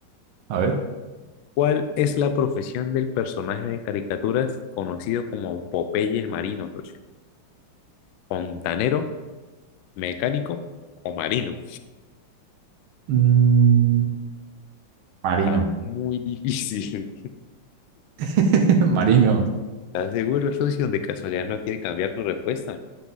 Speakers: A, on the right; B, on the left.
A: A ver.
B: ¿Cuál es la profesión del personaje de caricaturas conocido como Popeye el Marino, socio? ¿Fontanero, mecánico o marino?
A: Mm, Marino.
B: Está muy <laughs> difícil.
A: <laughs> Marino.
B: ¿Estás seguro, socio? De casualidad no quiere cambiar su respuesta.